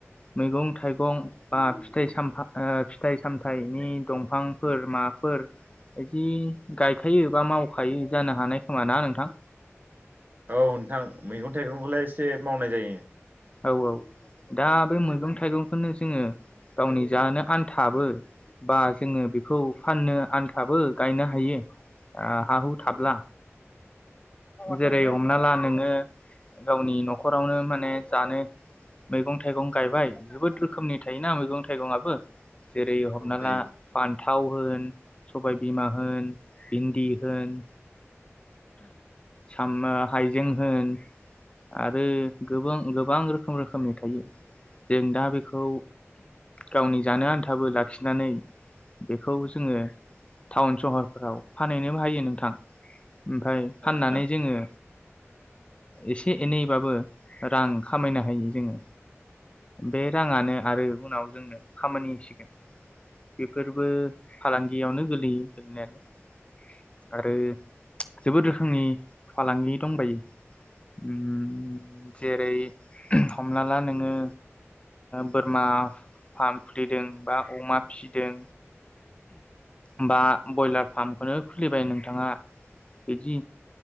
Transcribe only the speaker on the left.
मैगं थाइगं बा फिथाइ सामफा ओ फिथाइ सामथाइनि दंफांफोर माफोर बिदि गायखायो बा मावखायो जानो हानाय खोमा ना नोंथां?
औ औ। दा बे मैगं
थाइगंखौनो जोङो गावनि जानो आनथाबो बा जोङो बेखौ फाननो आनथाबो गायनो हायो। आह हा हु थाब्ला!
जेरै हमना ला नोंङो गावनि न'खरावनो माने जानो मैगं थाइगं गायबाय जोबोद रोखोमनि थायोना मैगं थाइगंआबो। जेरै हमनाला
फान। थाव होन सबायबिमा होन भिन्दि होन। सामा हाइजेंहोन आरो गोबां रोखोम रोखोमनि थायो जों दा बेखौ गावनि जानो आन्थाबो लाखिनानै बेखौ जोङो टाउन सहरफ्राव फानहैनो बाहायो नोंथां। ओमफ्राय
फाननानै
जोङो एसे एनैबाबो रां खामायनो हायो जोंङो बे राङानो आरो उनाव जोंनो खामानिसिगोन बेफोरबो फालांगियावनो गोलैयो गोलैनायालाय आरो। जोबोद रोखोमनि फालांगि दंबायो जेरै हमना ला नोंङो बोरमा फार्म खुलिदों बा अमा फिसिदों। बा बयलार फार्मखौनो खुलिबाय नोंथांङा बिदि